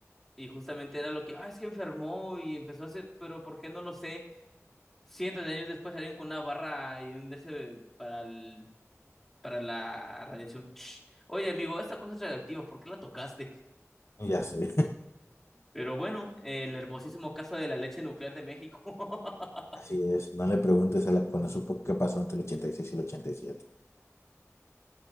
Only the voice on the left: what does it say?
Ya sé. <laughs>
Así es, no le preguntes a la Conosupo qué pasó entre el ochenta y seis y el ochenta y siete